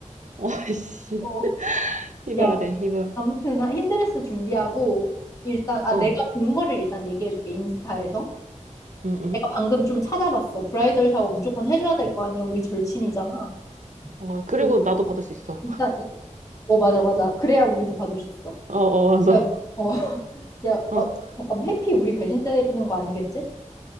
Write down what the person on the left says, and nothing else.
어,
야,
아무튼 나 흰 드레스 준비하고 일단 아
내가 본 거를 일단 얘기해 줄게. 인스타에서.
내가 방금 좀 찾아봤어. 브라이덜 샤워 무조건 해줘야 될 거 아니야. 우리 절친이잖아.
그,
일단 어 맞아 맞아. 그래야 우리도 받을 수 있어.
야, 어, <laughs> 야,
어, 잠깐 해피 우리 배신 때리는 거 아니겠지?